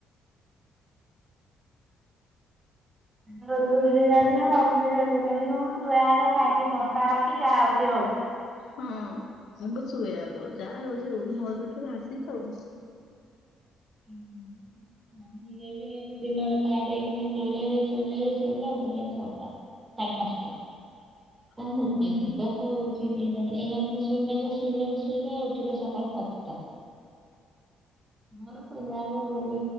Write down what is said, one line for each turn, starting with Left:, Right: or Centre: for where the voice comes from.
Right: ଦୂର ଦୂରୁକିରି ଯାଉଚି ନା ବେ ଅରୁରୁରେ ଯାଉ ଜଣେ କିଏ ହୁଅନ୍ତୁ ଏ ଆଗ ଖାଇକି ବର୍ଷା ହଉ କି ଯାହା ହଉଚି ହଉ।
Left: ହଁ ଆଗ ଶୁଏ ଆଗ ଯାହା ହୋଉଚି ହୋଉ ମରୁ ଏଠୁ ଭାସିଯାଉ।
Right: ଉଁ ଉଁ ଇଏ ବି ଦି ଦିନରେ କାଇଦେଇକିନି ଶୋଇଲେ ଯେ ଶୋଇଲେ ଯେ ଶୋଇଲେ ଉଠିଲେ ଛଅଟା। ଚାର୍ ପାଁଶଟା କଁ
Left: ହୁଁ
Right: କୋଉଚି ନିଦ ହୋଉଚି କେଜାଣି ଏଇନା ପୁଣି ଶୋଇବେ ଯେ ଶୋଇବେ ଯେ ଶୋଇବେ ଉଠିବେ ସକାଳ ସାତଟା। ମୋର ଶୋଇଲା ଅଳୁ ଡେଲି